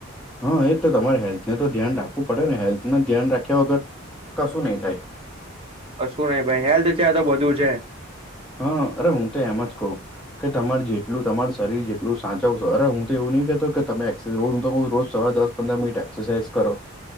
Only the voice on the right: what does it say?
શું નહિ ભાઈ હેલ્થ છે તો બધું છે